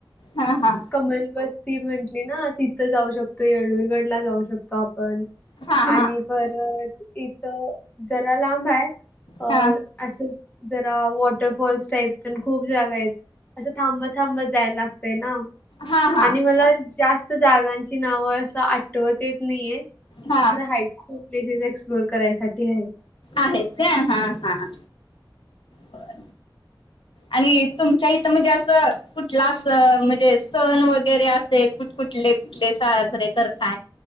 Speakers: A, on the left; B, on the left.
A: हा हा
B: कमल बस. ती म्हंटली ना तिथं जाऊ शकतो. येल्लूरगडला जाऊ शकतो आपण
A: हा
B: आणि,
A: हा
B: परत इथं, जरा लांब आहे. अं..
A: हा
B: असं, जरा वॉटरफॉल्स टाईप. पण खूप जागा आहेत, असं थांबत थांबत जायला लागतंय ना.
A: हा हा
B: आणि मला जास्त. जागांची नावं असं आठवत येत नाहीये,
A: हा
B: खरं आहे खूप. प्लेसेस एक्सप्लोअर करायसाठी आहे.
A: आहेत काय, हां हां. बर आणि तुमच्या इथं म्हणजे असं कुठला अस म्हणजे सण वगैरे असे कु कुठले कुठले साजरे करताय,